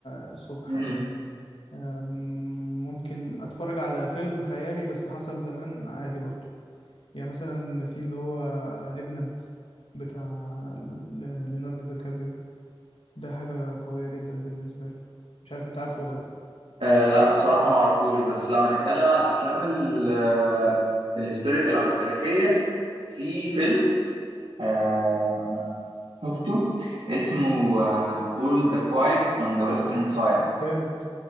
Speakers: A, on the left; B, on the right.
A: للصبح
B: مم.
A: عادي آم، ممكن اتفرج على فيلم خيالي بس حصل زمان عادي برضو يعني مثلا في اللي هو ريفننت بتاع ل- ليوناردو دي كابريو ده حاجة قوية جدا بالنسبة لي مش عارف انت عارفه ولا لا
B: آه لا بصراحة ما اعرفوش بس لو هنتكلم عن الافلام ال- آه، الهيستوريكال او التاريخية في فيلم آه شفته اسمه آه All the Quiet on the Western Side
A: جامد